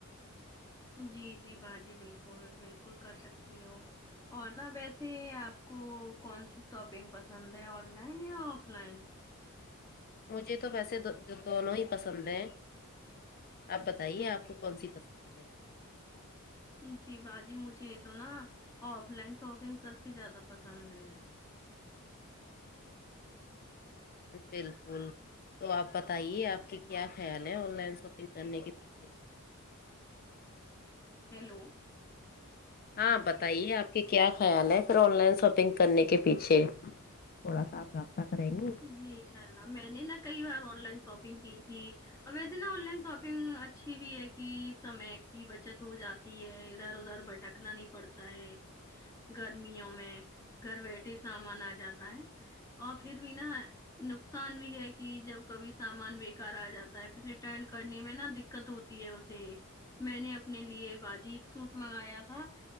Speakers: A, on the left (about 15°); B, on the left (about 45°).
A: جی جی با جی بالکل بالکل کر سکتی ہو اور نا ویسے آپ کو کون سی شاپنگ پسند ہے آن لائن یا آف لائن
B: مجھے تو ویسے دونوں ہی پسند ہیں آپ بتائیے آپ کو کون سی پسند ہے
A: جی باجی مجھے یہ تو نا آف لائن شاپنگ سب سے جیادہ پسند ہے
B: بالکل تو آپ بتائیے آپ کے کیا خیال ہے آن لائن شاپنگ کرنے کے پیچھے
A: ہیلو
B: ہاں بتائیے آپ کے کیا خیال ہے پھر آن لائن شاپنگ کرنے کے پیچھے تھوڑا صاف صافتا کریں گی
A: جی شاء اللہ میں نے نا کئی بار آن لائن شاپنگ کی تھی اب ویسے نا آن لائن شاپنگ اچھی بھی ہے کہ سمے کی بچت ہو جات تی ہے ادھر ادھر بھٹکنا نہیں پڑتا ہے گرمیوں میں گھر بیٹھے سامان آ جاتا ہے اور پھر بھی نا نقصان بھی ہے کہ جب کبھی سامان بیکار آ جاتا ہے پھر ریٹرن کرنے میں نا د دقت ہوتی ہے اسے میں نے اپنے لیے باجی سوٹ منگایا تھا